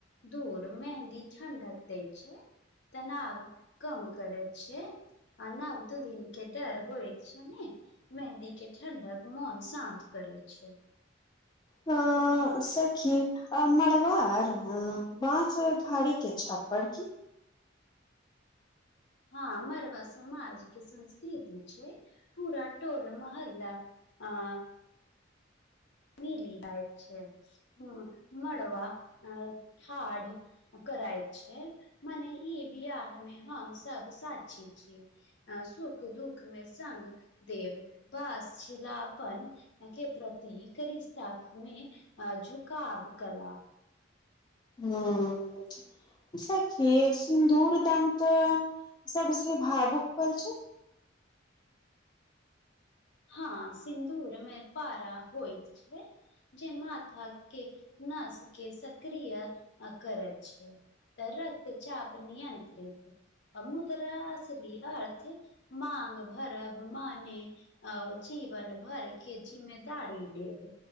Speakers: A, on the left; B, on the left.
A: दूर मेहन्दी ठंढक दै छै तनाव कम करै छै आ नबदुलहीन के डर होइ छै ने मेंहदी के ठंडक मोन शान्त करय छै
B: हँ हं सखी आ मड़वाड़ हं बास घाड़ी के छप्पर की
A: हँ मरबा समाजके संस्कृति छै पूरा टोल महल्ला आ मिल जाइ छै ह मरबा ठाड कराइत छै मने ई बिवाह मे हम सब साक्षी छी अ सुख दुख मे संग देब बस छिला अपन के प्रतीक करिस्ताक मे अ झुकाब कला
B: हं सखी सिन्दूरदान त सब स भावुक पल छै
A: हँ सिन्दूरमे पारा होइ छै जे माथा के नसके स सक्रिय आ करैत छै त रक्तचाप नियंत्रित अ मुद्रा असलि अर्थ मांग भरब माने अ जीवन भरि के जिम्मेदारी लेब